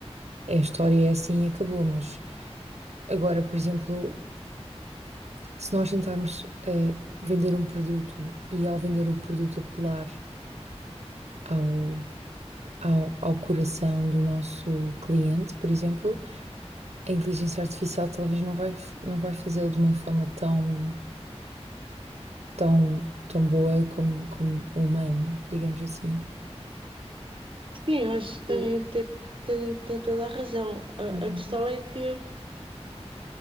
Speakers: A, on the right (about 75°); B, on the right (about 50°).
A: a história é assim e acabou, mas agora, por exemplo, se nós tentarmos eh, vender um produto e ao vender o produto apelar ao, ao, ao coração do nosso cliente, por exemplo, a inteligência artificial talvez não vai, f- não vai fazê-lo de uma forma tão, tão, tão boa como, como o humano, digamos assim.
B: Sim, eu acho
A: Isso.
B: que tem, tem, tem- tem toda a razão. A,
A: Uhum.
B: a questão é que,